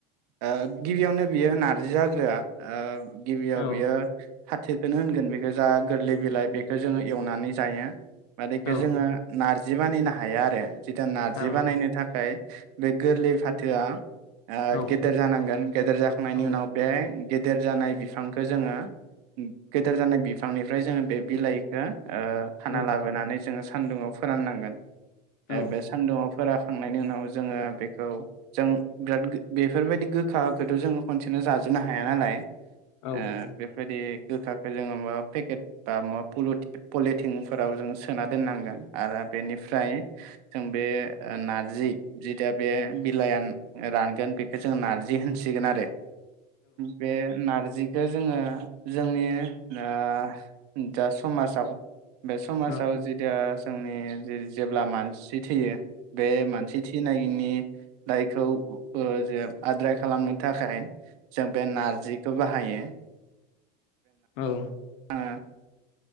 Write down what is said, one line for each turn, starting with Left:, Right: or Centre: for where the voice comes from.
Right: ओ गिबियावनो बियो नारजि जाग्रोआ गिबियाव
Left: औ
Right: बियो फाथोखोनो होनगोन बेखौ जा गोरलै बिलाइ बेखो जोङो एवनानै जायो आर इखो
Left: औ
Right: जोङो नार जि बानायनो हाया आरो जिथा नार्जि
Left: औ
Right: बानायनो थाखाय बे गोरलै फाथोआ आ
Left: औ
Right: गेदेर जानांगोन गेदेर जाखांनायनि
Left: औ
Right: उनाव बे गेदेर जानाय बिफांखो जोङो गेदेर जानाय बि फांनिफ्राय जोङो बे बिलाइखो ओ खाना
Left: औ
Right: लाबोनानै जोंङो सान्दुुङाव फोराननांगोन
Left: औ
Right: ए बे सान्दुङाव फोरा खांनायनि उनाव जोंङो बेखौ जों बिराद बेफोरबायदि गोखाखौथ जोंङो खनसेनो जाजोबनो हाया नालाय
Left: औ
Right: ओ
Left: औ
Right: बेफोबायदि गोखाखो जोंङो माबा पेकेट बा माबा पलटि पलिटिंफोराव जोंङो सोना दोननांगोन आरो बेनिफ्राय जों बे नारजि जि दा बे बिलायान रानगोन बेखौ जों नारजि होनसिगोन आरो बे नारजि खो जोंङो जोंनि नो दा समाजाव बे समाजाव
Left: औ
Right: जिदा जोंनि जेरै जेब्ला मानसि थैयो बे मानसे थैनायनि दा इखौ ओ जे आद्राय खालामनो थाखाय जों बे नारजिखौ बाहायो <inaudible>
Left: औ
Right: आंङो